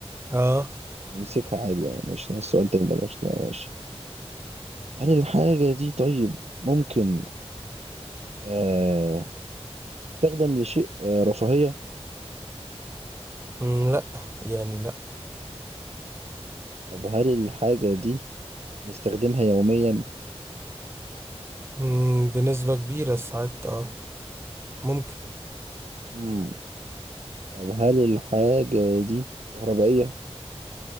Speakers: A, on the right; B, on the right.
A: اه
B: نمسكها عادي يعني ماشي ده السؤال التاني ده ماشي ده ماشي هل الحاجة دي طيب ممكن آه تستخدم لشيء آه رفاهية
A: مم، لا يعني لا
B: طب هل الحاجة دي بنستخدمها يوميا
A: مم، بنسبة كبيرة ساعات اه ممكن
B: مم. طب هل الحاجة دي كهربائية